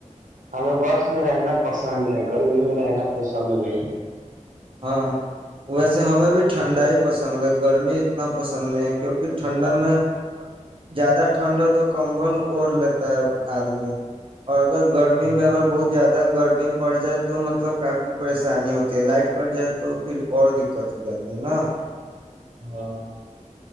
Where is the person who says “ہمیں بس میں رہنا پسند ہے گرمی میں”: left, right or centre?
Right